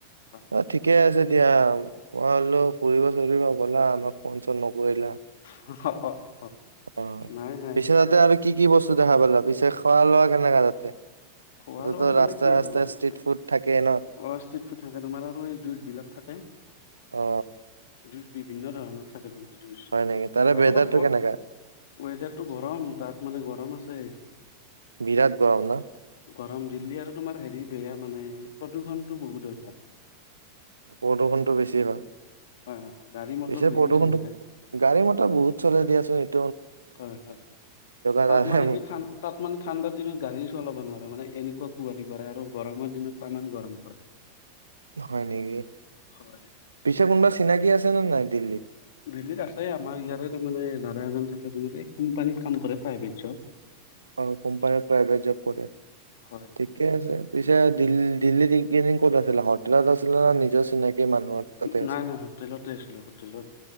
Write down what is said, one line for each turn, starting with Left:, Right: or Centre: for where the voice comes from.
Left: হয়
Right: অ ঠিকে আছে। দিয়া মই বোলো ফুৰিব চুৰিব গলা। আমাক ফোন চোন নকৰিলা?
Left: অ, অ
Right: অ
Left: নাই নাই
Right: পিছে তাতে আৰু কি কি বস্তু দেখা পালা, পিছে খোৱা লোৱা কেনেকা তাতে?
Left: খোৱা
Right: তাতেতো
Left: লোৱা মানে
Right: ৰাস্তাই
Left: কি আৰু
Right: ৰাস্তাই
Left: অ
Right: ষ্ট্ৰিট ফুড থাকেই ন
Left: ষ্ট্ৰিট ফুড থাকে তোমাৰ আৰু এই জুচ বিলাক থাকে।
Right: অ
Left: জু বিভিন্ন ধৰণৰ থাকে তোমাৰ।
Right: হয় নেকি তাৰে
Left: আৰু
Right: ৱেডাৰটো
Left: তোমাৰ
Right: কেনেকা
Left: ৱেডাৰটো গৰম তাত মানে গৰম আছে।
Right: বিৰাট গৰম ন
Left: গৰম দিল্লী আৰু তোমাৰ হেৰি বেয়া মানে প্ৰদূষণটো বহুত অথা
Right: প্ৰদূষণটো বেছি হয়।
Left: হয় হয় হয়, গাড়ী মটৰ
Right: পিছে
Left: বেছি
Right: প্ৰদূষণটো
Left: চলে তাত
Right: গাড়ী মটৰ বহুত চলে দিয়ে চোন আছো ঐ
Left: হয় হয়
Right: এটা
Left: তাত মানে কি তাত মানে ঠাণ্ডাৰ দিনত গাড়ী চলাব নোৱাৰে মানে এনেকুৱা পোৱালি পাৰা আৰু গৰমৰ দিনত তামান গৰম পৰে।
Right: হয় নেকি?
Left: হয়
Right: পিছে কোনবাছ চিনাকি আছে না নাই দিল্লীত।
Left: দিল্লীত আছে আমাৰ ইয়াৰে তাৰে দাদা এজন থাকে তুমি তাই কোম্পানীত কাম কৰে প্ৰাইভেট জব।
Right: অ কোম্পানী প্ৰাইভেট জব কৰে,
Left: হয়। হয়।
Right: ঠিকে আছে। পিছ দিল্ী দি ক'ত আছিলে হোটেলত আছিলে ন নিজৰ চিনাকি মানুহৰ তাতে
Left: নাই নাই হোটেলতে আছিলো হোটেলত